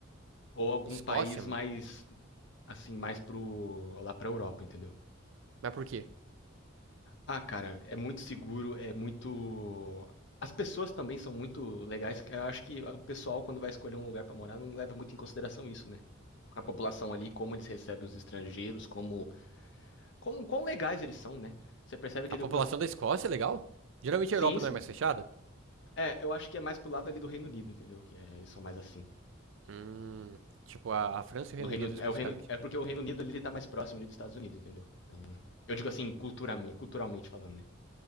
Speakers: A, on the left (about 60°); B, on the right (about 65°).
A: Ou algum
B: Escócia,
A: país
B: mano,
A: mais, assim, mais pro. lá pra Europa, entendeu?
B: mas por quê?
A: Ah, cara, é muito seguro, é muito. As pessoas também são muito legais. Eu acho que o pessoal, quando vai escolher um lugar pra morar, não leva muito em consideração isso, né? A população ali, como eles recebem os estrangeiros, como. como quão legais eles são, né? Você percebe que
B: A
A: ele.
B: população
A: o-
B: da Escócia é legal? Geralmente
A: Sim,
B: a Europa
A: sim.
B: não é mais fechada?
A: É, eu acho que é mais pro lado ali do Reino Unido, entendeu? Que é, eles são mais assim.
B: Hum, tipo a, a França e o Reino
A: No Reino,
B: Unido especificamente.
A: é, o Reino, é porque o Reino Unido ele tá mais próximo ali dos Estados Unidos, entendeu? Então, eu digo assim, culturalmente, culturalmente falando, né?